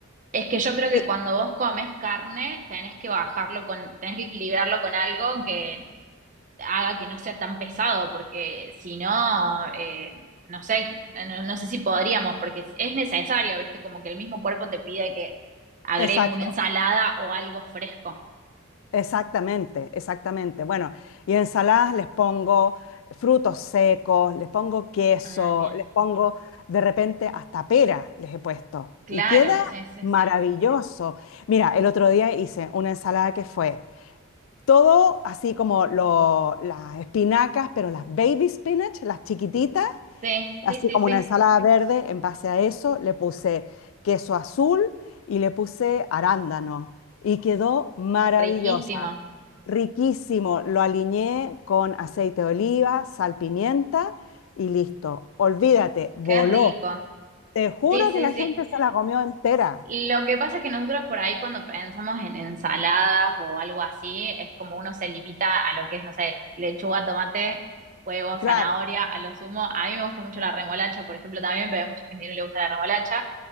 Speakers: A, on the right; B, on the left.
A: Es que yo creo que
B: Sí,
A: cuando vos comes carne, tenés que bajarlo con, tenés que equilibrarlo con algo que haga que no sea tan pesado, porque si no, eh, no sé, no, no sé si podríamos, porque es es necesario, ¿viste? Como que el mismo cuerpo te pide que agregues
B: Exacto,
A: una ensalada o algo fresco.
B: exactamente, exactamente. Bueno, y ensaladas les pongo frutos secos, les pongo queso,
A: Ah, bien.
B: les pongo de repente hasta pera, les he puesto.
A: Claro,
B: Y queda
A: sí, sí,
B: maravilloso.
A: sí.
B: Mira, el otro día hice una ensalada que fue todo así como lo- las espinacas, pero las baby spinach, las chiquititas,
A: Sí,
B: así
A: sí, sí,
B: como
A: sí.
B: una ensalada verde, en base a eso le puse queso azul y le puse arándano y quedó maravillosa,
A: Riquísimo.
B: riquísimo. Lo aliñé con aceite de oliva, sal, pimienta y listo. Olvídate, voló.
A: Qué rico.
B: Te juro
A: Sí, sí,
B: que la
A: sí.
B: gente se la comió entera.
A: Lo que pasa es que nosotros por ahí cuando pensamos en ensaladas o algo así, es como uno se limita a lo que es, no sé, lechuga, tomate, huevo, zanahoria,
B: Claro,
A: a lo sumo. A mí me gusta mucho la remolacha, por ejemplo, también, pero hay mucha gente que no le gusta la remolacha.